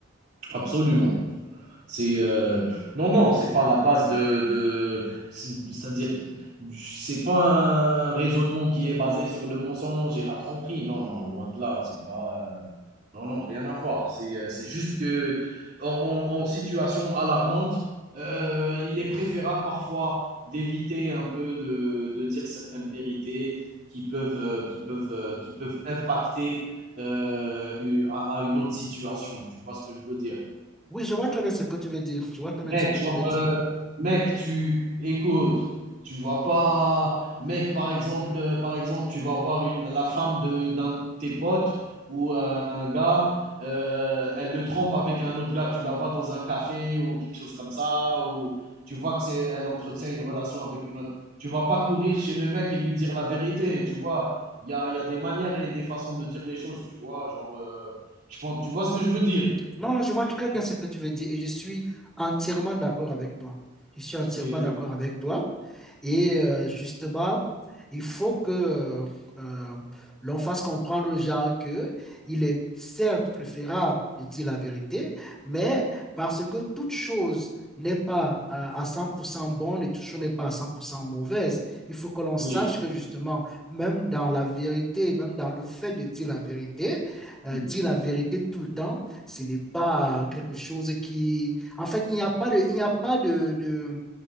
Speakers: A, on the right; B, in the centre.
A: absolument. C'est euh, non, non, c'est pas la base de, de c'est- à dire c'est pas un, un raisonnement qui est basé sur le mensonge et la tromperie. Non, non, loin de là, c'est pas euh, non, non, rien à voir. C'est euh, c'est juste que en, en- en situation alarmante, euh, il est préférable parfois d'éviter un peu de, de dire certaines vérités qui peuvent euh, qui peuvent euh, qui peuvent impacter euh, une- à à une autre situation. Tu vois ce que je veux dire?
B: Oui, je vois très bien ce que tu veux dire. Je vois très bien
A: Mec,
B: ce que
A: genre,
B: tu veux dire.
A: heu, mec, tu écoute, tu vas pas mec, par exemple, heu, par exemple, tu vas voir une la femme de d'un de tes potes ou heu, un gars, heu, elle le trompe avec un autre gars. Tu la vois dans un café ou quelque chose comme ça ou tu vois que c'est elle entretient une relation avec une autre. Tu vas pas courir chez le mec et lui dire la vérité, tu vois? Il y a il y a des manières et des façons de dire les choses, tu vois? Genre, heu, je pense tu vois ce que je veux dire?
B: Non, non, je vois très bien ce que tu veux dire et je suis entièrement d'accord avec toi. Je suis entièrement
A: C'est,
B: d'accord avec toi. Et euh, justement, il faut que euh, euh, l'on fasse comprendre aux gens que il est certes préférable de dire la vérité, mais parce que toute chose n'est pas euh, à 100% bonne et toute chose n'est pas à 100% mauvaise. Il faut que l'on
A: oui,
B: sache que justement, même dans la vérité, même dans le fait de dire la vérité, euh,
A: oui,
B: dire la vérité tout le temps, ce n'est pas quelque chose qui... En fait, il n'y a pas de, il n'y a pas de, de-